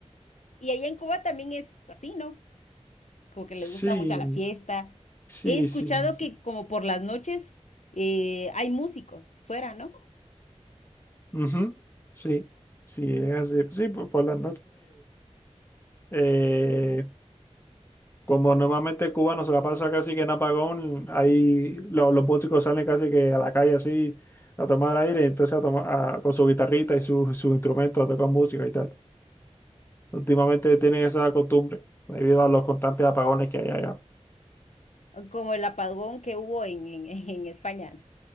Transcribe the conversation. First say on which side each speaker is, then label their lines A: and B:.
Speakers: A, on the left; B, on the left.
A: Y allá en Cuba también es así, ¿no? Como que les
B: Sí,
A: gusta mucho la fiesta.
B: sí,
A: He escuchado
B: sí, sí.
A: que como por las noches eh, hay músicos fuera, ¿no?
B: Ujú, Sí, sí, es así. Sí, por, por las noches Como normalmente Cuba cubano se la pasa casi que en apagón, ahí lo- los músicos salen casi que a la calle así a tomar aire, entonces a toma- a- con su guitarrita y su, su instrumento a tocar música y tal. Últimamente tienen esa costumbre debido a los constantes apagones que hay allá.
A: Como el apagón que hubo en, en, <laughs> en España.